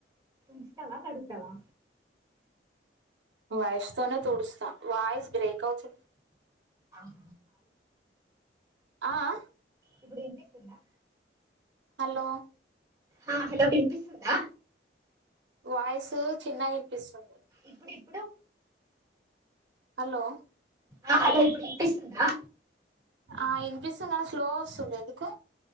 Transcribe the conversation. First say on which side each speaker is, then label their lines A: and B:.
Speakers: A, on the right; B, on the right.
A: డుస్తావా కడుగుతావా
B: వయసు తోనే తుడుస్తా వాయిస్ బ్రేక్ అవుతుంది
A: <unintelligible>
B: ఆ ఆ
A: ఇప్పుడు వినిపిస్తుందా
B: హలో
A: ఆ హలో వినిపిస్తుందా
B: వాయిసు చిన్నగా వినిపిస్తుంది.
A: ఇప్పుడు ఇప్పుడు
B: హలో
A: ఆ హ ఇప్పుడు వినిపిస్తుందా
B: ఆ ఇనిపిస్తుంద స్లో వస్తుంది ఎందుకు